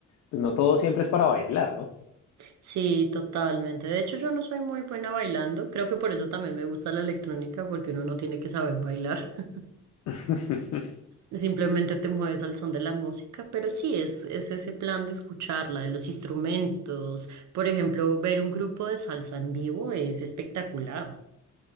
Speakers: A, on the left; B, on the right.
A: pues no todo siempre es para bailar, ¿no?
B: sí, totalmente. De hecho, yo no soy muy buena bailando, creo que por eso también me gusta la electrónica, porque uno no tiene que saber bailar, <laughs>
A: <laughs>
B: simplemente te mueves al son de la música, pero sí, es, es ese plan de escucharla, de los instrumentos. Por ejemplo, ver un grupo de salsa en vivo es espectacular.